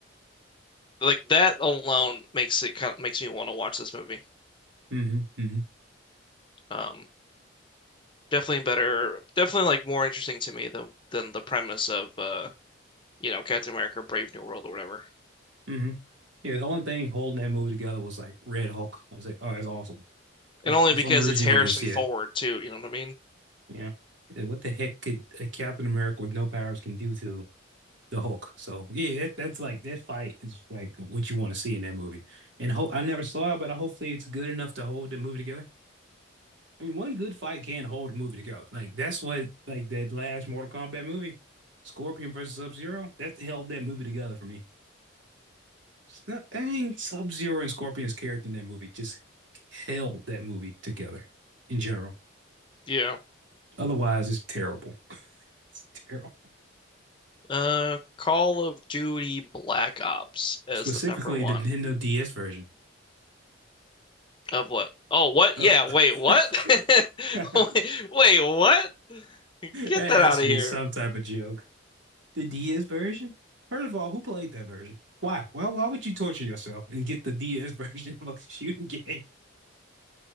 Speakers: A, on the left; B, on the right.
A: Like that alone makes it kind of makes me want to watch this movie.
B: Mm-hmm. Mm-hmm.
A: Um, definitely better, definitely like more interesting to me than than the premise of uh, you know, Captain America: Brave New World or whatever.
B: Mm-hmm. Yeah. The only thing holding that movie together was like Red Hulk. I was like, oh, that's awesome. This
A: And only
B: this
A: because
B: is the only reason
A: it's Harrison
B: you want to go see
A: Ford
B: it.
A: too, you know what I mean?
B: Yeah. Yeah, What the heck could a Captain America with no powers can do to the Hulk? So yeah, that that's like that fight is like what you want to see in that movie. And Hulk, I never saw it, but hopefully it's good enough to hold the movie together. I mean, one good fight can hold a movie together. Like that's what like that last Mortal Kombat movie, Scorpion versus Sub-Zero, that held that movie together for me. S- I mean, Sub-Zero and Scorpion's character in that movie just held that movie together in general.
A: Yeah.
B: Otherwise, it's terrible. It's terrible.
A: Uh, Call of Duty Black Ops as
B: Specifically,
A: the number one
B: the Nintendo DS version.
A: of what? Oh, what?
B: Uh,
A: Yeah, wait, what?
B: <laughs>
A: <laughs>
B: that
A: Wait, wait, what? Get
B: has
A: that out
B: to
A: of
B: be
A: here.
B: some type of joke. The DS version? First of all, who played that version? Why? Why, why would you torture yourself and get the DS <laughs> version of a shooting game?